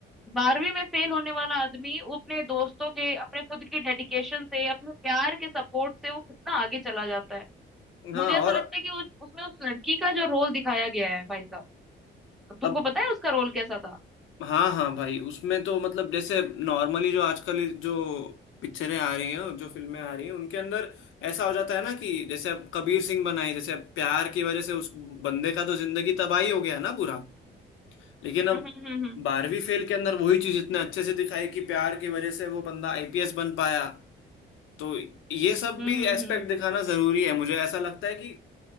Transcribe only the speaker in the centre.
बारहवीं में फेल होने वाला आदमी वो अपने दोस्तों के अपने खुद के डेडिकेशन से अपने प्यार के सपोर्ट से वो कितना आगे चला जाता है
मुझे ऐसा
लगता है कि उस, उसमें उस लड़की का जो रोल दिखाया गया है भाई साहब तुमको
पता है उसका रोल कैसा था
हम्म हम्म हम्म हम्म
हम्म
हम्म
हम्म।